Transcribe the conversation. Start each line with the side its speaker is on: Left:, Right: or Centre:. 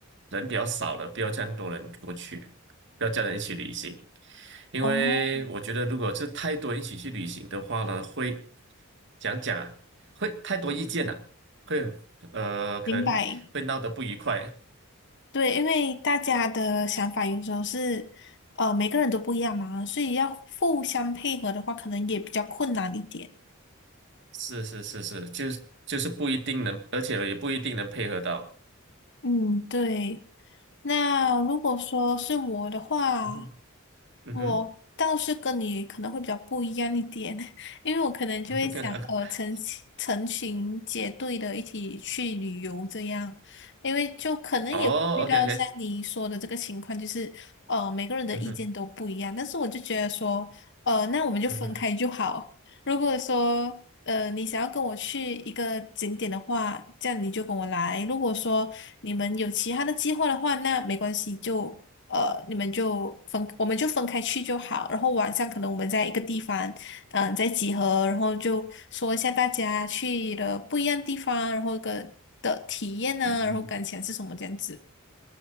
Right: 人比较少的，不要这样多人过去，不要叫人一起旅行，因为我觉得如果是太多人一起去旅行的话呢，
Left: 哦，
Right: 会讲讲啊，会太多意见了、啊会很呃可能会闹得不愉快，
Left: 明白。对，因为大家的想法有时候是呃每个人都不一样嘛，所以要互相配合的话，可能也比较困难一点。
Right: 是是是是，就是就是不一定能，而且也不一定能配合到，
Left: 嗯，对。那如果说是我的话，
Right: 嗯哼嗯哼。
Left: 我倒是跟你可能会比较不一样一点，<laughs> 因为我可能就会想，
Right: <laughs>
Left: 呃，成群成群结队的一起去旅游这样，因为就可能也会遇到像你说的这个情况，
Right: 哦，OK OK，<laughs>
Left: 就是呃每个人的意见都不一样，
Right: 嗯哼，
Left: 但是我就觉得说，呃，那我们就分开就好，
Right: 嗯哼，
Left: 如果说呃你想要跟我去一个景点的话，这样你就跟我来。如果说你们有其他的计划的话，那没关系，就呃你们就分，我们就分开去就好。然后晚上可能我们在一个地方，嗯、再集合，然后就说一下大家去的不一样地方，然后个的体验呢、
Right: 嗯，
Left: 然后感想是什么这样子。